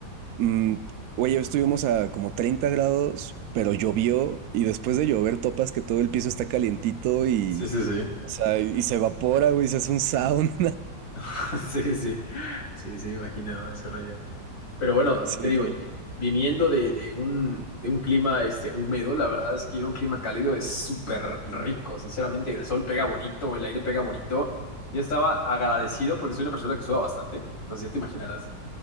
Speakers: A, on the right; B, on the left.
A: mm, oye, hoy estuvimos a como 30 grados, pero llovió y después de llover topas que todo el piso está calientito y...
B: Sí, sí, sí.
A: O sea, y se evapora, güey, se hace un <laughs> sound.
B: <laughs> Sí, sí, sí, sí, imaginado ese rayo. Pero bueno,
A: Sí,
B: te digo,
A: claro.
B: y- viniendo de, de un, de un clima este, húmedo, la verdad es que ir a un clima cálido es súper rico, sinceramente, el sol pega bonito, el aire pega bonito. Yo estaba agradecido porque soy una persona que suda bastante, entonces ya te imaginarás